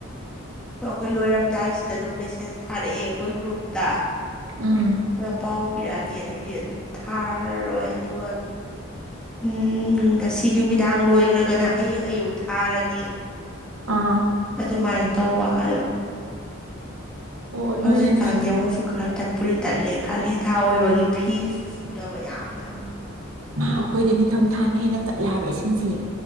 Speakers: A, in the centre; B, on the right.
A: ꯑꯩꯈꯣꯏ ꯂꯣꯏꯔꯝꯗꯥꯏꯁꯤꯗ ꯑꯗꯨꯝ ꯃꯦꯁꯦꯁ ꯊꯥꯔꯛꯑꯦ ꯑꯩꯈꯣꯏ ꯒ꯭ꯔꯨꯞꯇ
B: ꯎꯝ
A: ꯑꯗꯣ ꯄꯥꯎ ꯄꯤꯔꯛꯑꯅꯤ ꯑꯗꯩꯗꯤ ꯑꯗꯨꯝ ꯊꯥꯔꯔꯣꯏ ꯑꯗꯨꯒ ꯎꯝ ꯉꯁꯤ ꯅꯨꯃꯤꯗꯥꯡ ꯂꯣꯏꯈ꯭ꯔꯒꯅ ꯍꯌꯦꯡ ꯑꯌꯨꯛ ꯊꯥꯔꯅꯤ
B: ꯑꯥ
A: ꯑꯗꯨꯃꯥꯏꯅ ꯇꯧꯕ ꯑꯗꯣ
B: ꯑꯣ
A: ꯍꯧꯖꯤꯛꯀꯥꯟ
B: ꯅꯣꯏꯅ
A: ꯑꯃꯨꯛꯁꯨ ꯈꯔ ꯇꯠꯄꯔꯤ ꯇꯠꯂꯦ ꯀꯥꯂꯦꯟ ꯊꯥ ꯑꯣꯏꯕꯒꯤ ꯐꯤꯁꯨ ꯁꯨꯅꯕ ꯌꯥꯝꯅ
B: ꯑꯩꯈꯣꯏꯗꯤ ꯅꯤꯡꯊꯝꯊꯥꯅ ꯍꯦꯟꯅ ꯇꯠꯂꯦꯕ ꯏꯁꯤꯡꯁꯤ